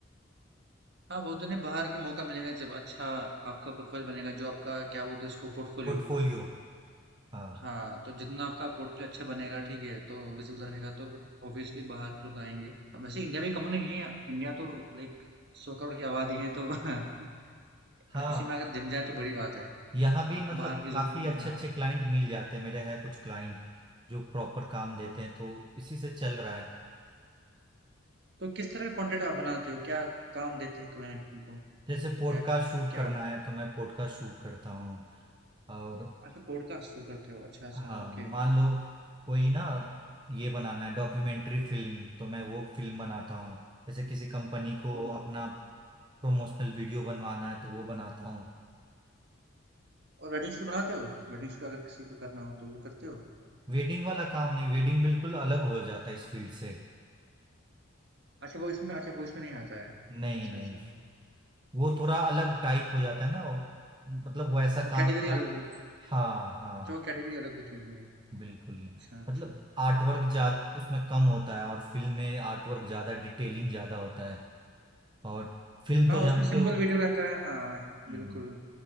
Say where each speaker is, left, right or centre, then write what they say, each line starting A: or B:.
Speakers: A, on the right; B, on the right.
A: हाँ, वो तो नहीं बाहर के मौका मिलेगा जब अच्छा आपका प्रोफाइल बनेगा जो आपका क्या बोलते हैं इसको पोर्टफोलियो।
B: पोर्टफोलियो हाँ
A: हाँ, तो जितना आपका पोर्टफोलियो अच्छा बनेगा ठीक है, तो विजिबल रहेगा तो फिर ऑब्वियसली बाहर लोग आएंगे। अब वैसे इंडिया भी कम नहीं है, इंडिया तो लाइक 100 करोड़ की आबादी है तो <laughs>
B: हाँ
A: इसी में अगर जम जाए तो बड़ी बात है।
B: यहाँ भी
A: आपको
B: मतलब
A: बाहर की
B: काफी
A: जरूरत नहीं
B: अच्छे
A: है हाँ
B: अच्छे क्लाइंट मिल जाते हैं मेरे हैं कुछ क्लाइंट जो प्रॉपर काम देते हैं तो इसी से चल रहा है
A: तो किस तरह का कंटेंट आप बनाते हो क्या काम देते हैं क्लाइंट को
B: जैसे पॉडकास्ट
A: क्या क्या
B: शूट करना है तो मैं पॉडकास्ट शूट करता हूँ और
A: अच्छा पॉडकास्ट शुरू करते हो अच्छा अच्छा
B: हाँ
A: ओके
B: मान लो कोई ना ये बनाना है डॉक्यूमेंट्री फिल्म तो मैं वो फिल्म बनाता हूँ जैसे किसी कंपनी को
A: ओ
B: अपना प्रमोशनल वीडियो बनवाना है तो वो बनाता हूँ
A: और वेडिंग शूट बनाते हो वेडिंग शूट अगर किसी को करना हो तो वो करते हो
B: वेडिंग वाला काम नहीं वेडिंग बिल्कुल अलग हो जाता है इस फील्ड से
A: अच्छा वो इसमें अच्छा वो इसमें नहीं आता है
B: नहीं
A: अच्छा
B: नहीं
A: अच्छा
B: वो थोड़ा अलग टाइप
A: अच्छा
B: हो जाता है ना वो- मतलब वैसा
A: वो
B: काम
A: कैटेगरी
B: प्लान
A: अलग होगी
B: हाँ हाँ
A: अच्छा वो कैटेगरी अलग होती होगी
B: बिल्कुल
A: अच्छा अच्छा
B: मतलब आर्टवर्क जा उसमें कम होता है और फिल्म में आर्टवर्क ज्यादा डिटेलिंग ज्यादा होता है और फिल्म
A: हाँ
B: तो
A: उसमें
B: जानते
A: सिंपल
B: हो
A: वीडियो रहता है हाँ
B: हम्म,
A: बिल्कुल